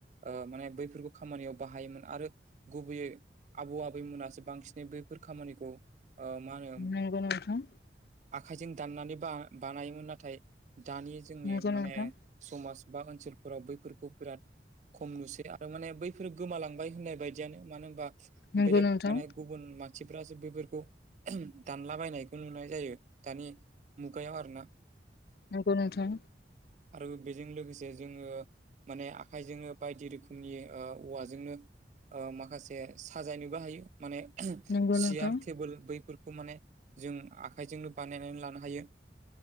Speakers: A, on the right; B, on the left.
A: ओ माने बैफोरफोरखौ खामानियाव बाहायोमोन आरो गुबैयै आबौ आबैमोनासो बांसिनै बै फोर खामानिखौ ओ मा होनो
B: नंगौ नोंथां
A: आखाइजों दाननानै बा बानायोमोन नाथाय दानि जोंनि
B: नंगौ नोंथां
A: माने समाज बा ओनसोलफोराव बैफोरखौ बिराद खम नुसै आरो माने बैफोर गोमालांबाय होननाय बायदियानो मानो होनबा
B: नंगौ
A: बेलेग
B: नोंथां
A: माने गुबुन मा सिफ्रासो बेफोरखौ दानलाबायनायखौ नुनाय जायो दानि मुगायाव आरोना
B: नोंगौ नोंथां।
A: आरो बेजों लोगोसे जोङो माने आखाइजोंनो बायदि रोखोमनि ओ औवाजोंनो ओ माखासे साजायनोबो हायो माने
B: नंगौ
A: सियार
B: नोंथां
A: टेबोल बैफोरखौ माने जों आखाइजोंनो बानायनानै लानो हायो।